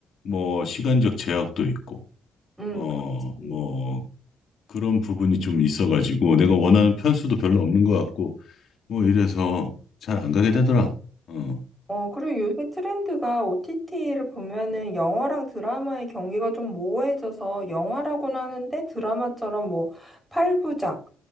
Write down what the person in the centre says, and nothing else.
음,
그렇지.
어, 그리고 요새 트렌드가 OTT를 보면은 영화랑 드라마의 경계가 좀 모호해져서 영화라고는 하는데 드라마처럼 뭐 8부작,